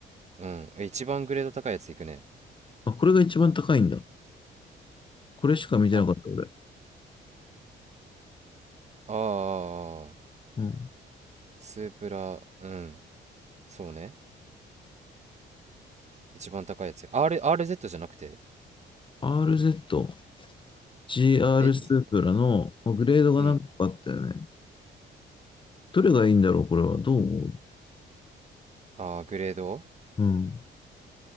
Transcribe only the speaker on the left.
あ、これが一番高いんだ。これしか見てなかった俺。
うん。
RZ、GR
スープラのまあグレードが何個かあったよね。
どれがいいんだろうこれは。どう思う
うん。